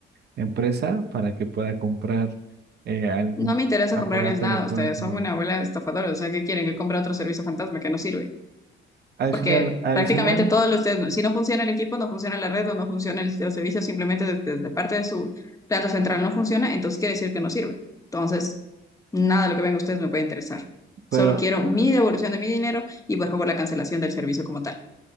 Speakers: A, on the right (about 55°); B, on the left (about 15°).
A: empresa para que pueda comprar eh, algún
B: No me interesa
A: aparato
B: comprarles nada,
A: electrónico
B: ustedes son
A: nuevo.
B: una bola de estafadores, o sea, ¿qué quieren? Que compre otro servicio fantasma que no sirve.
A: Adicional,
B: porque
A: adicional,
B: prácticamente todos los, si no funciona el equipo, no funciona la red o no funciona el, los servicios, simplemente desde, la parte de su planta central no funciona, entonces quiere decir que no sirve. Entonces, nada de lo que venga a ustedes me puede interesar.
A: pero,
B: Solo quiero mi devolución de mi dinero y por favor la cancelación del servicio como tal.